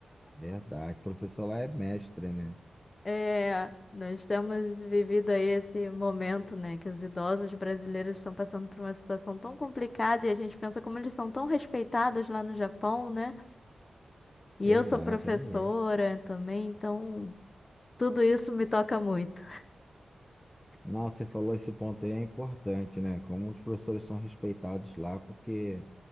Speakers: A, in the centre; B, on the left.
A: Verdade. O professor lá é mestre, né?
B: É, nós temos vivido aí esse momento, né, que os idosos brasileiros estão passando por uma situação tão complicada e a gente pensa como eles são tão respeitados lá no Japão, né? E
A: Verdade,
B: eu sou professora
A: é mesmo.
B: também, então tudo isso me toca muito.
A: Não, você falou esse ponto aí é importante, né? Como os professores são respeitados lá, porque